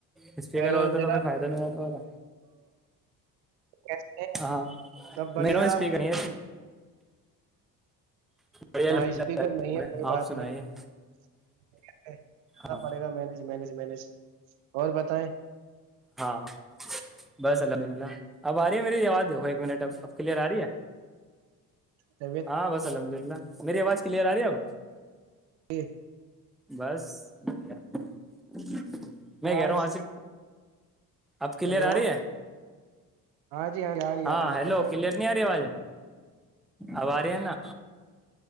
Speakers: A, in the centre; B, on the right.
A: اسپیکر
B: ہیلو
A: ہوتا تو
B: جناب
A: پھر فائدہ نہیں ہوا
B: کیسے ہیں؟
A: ہاں
B: سب بڑھیا
A: میریرا اسپیکر نہیں بڑھیا
B: ہاں اسپیکر نہیں ہے کوئی
A: آپ
B: بات
A: سنائیے
B: نہیںا
A: ہاں
B: پڑے گا مینج مینج مینج اور بتیں
A: ہاں بس الحمد للہ اب آ رہی ہے میری آواز دیکھو ایک منٹ اب اب کلیئر آ رہی ہے
B: طبیعت
A: ہاں بس الحمد للہ میری آواز کلیئر آ رہی ہے اب
B: ج <inaudible>
A: بس بڑیا <unintelligible> میں
B: آواز
A: کہہ رہا ہوں آ سے اب کلیئر
B: ہیلو
A: آ رہی ہے
B: ہاں جی آ رہی
A: ہاں
B: آ رہی آواز
A: ہیلو کلیئر
B: ہے
A: نہیں آ رہی آواز اب آ رہے ہیں نا